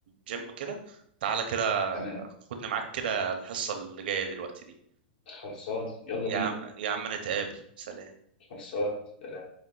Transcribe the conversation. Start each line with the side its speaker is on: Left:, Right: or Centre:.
Right: جيم كده تعالى كده
Left: تمام
Right: خدني معاك كده الحصه اللي جايه دلوقتي دي
Left: خلصان يلا
Right: يا
Left: بينا
Right: عم يا عم نتقابل سلام
Left: خلصان سلام